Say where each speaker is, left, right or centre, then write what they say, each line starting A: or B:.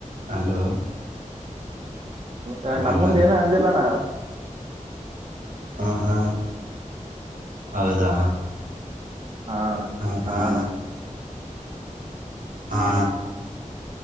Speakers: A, on the right; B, on the right.
A: ಹಲೋ
B: ನನ
A: ಅಂದಾನ
B: ಮುಂದ್ ಏನ ಅಂದಿಲ್ಲಣ
A: ಹಾ ಹಾ ಹೌದಾ
B: ಹಾ ಅಣ್ಣ
A: ಹ ಹಾ
B: ಅಣ್ಣ
A: ಹಾ